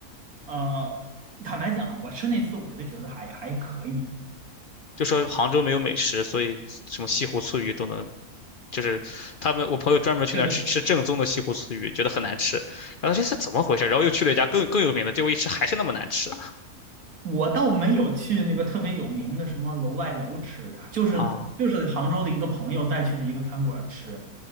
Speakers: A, on the right (about 70°); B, on the left (about 65°).
A: 呃，坦白讲，我吃那次我就觉得还还可以。
B: 就说杭州没有美食，所以什么西湖醋鱼都能就是他们我朋友专门去那儿吃吃正宗的西湖醋鱼，
A: 是的，
B: 觉得很难吃，然后这是怎么回事？然后又去了一家更更有名的，结果一吃还是那么难吃
A: 我倒没有去那个特别有名的什么楼外楼吃，就是就是杭州的一个朋友带去的一个餐馆吃，
B: 啊？